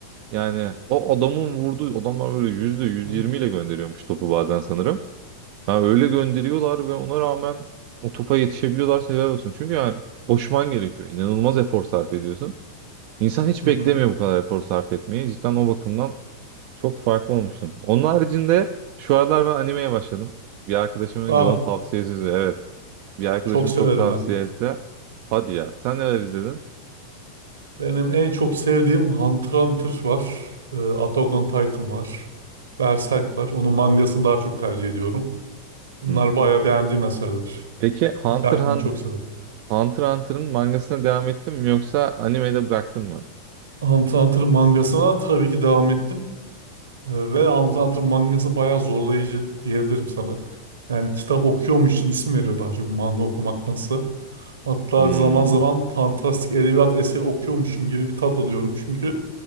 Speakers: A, on the right; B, on the right.
A: yani o adamın vurduğu adamlar böyle yüzde yüz
B: Hı
A: yirmi ile gönderiyormuş topu bazen sanırım. Ha öyle gönderiyorlar ve ona rağmen o topa yetişebiliyorlarsa helal olsun. Çünkü yani koşman gerekiyor. İnanılmaz efor sarf ediyorsun. İnsan hiç
B: hı.
A: beklemiyor
B: hı.
A: bu kadar efor sarf etmeyi. Cidden o bakımdan Çok farklı olmuştum. Onun haricinde şu aralar ben animeye başladım. Bir arkadaşımın
B: Aa,
A: yoğun tavsiyesi üzerine. Evet. Bir arkadaşım
B: çok severim
A: çok tavsiye
B: ben.
A: etti. Hadi ya. Sen neler izledin?
B: Benim en çok sevdiğim Hunter x Hunter var. Ee, Attack on Titan var. Berserk var. Onun mangasını daha çok tercih ediyorum. Bunlar
A: Hmm.
B: bayağı beğendiğim eserler.
A: Peki Hunter
B: Hikayelerini
A: Hun-
B: çok severim.
A: Hunter Hunter'ın mangasına devam ettin mi yoksa animede bıraktın mı?
B: Hunter x Hunter'ın mangasına tabii ki devam ettim. Ee, Ve Hunter x Hunter mangası bayağı zorlayıcı diyebilirim sana. Yani kitap okuyormuşsun isim veriyor daha çok manga okumaktansa. Hatta
A: Hmm.
B: zaman zaman fantastik edebiyat eseri okuyormuşum gibi bir tat alıyorum. Çünkü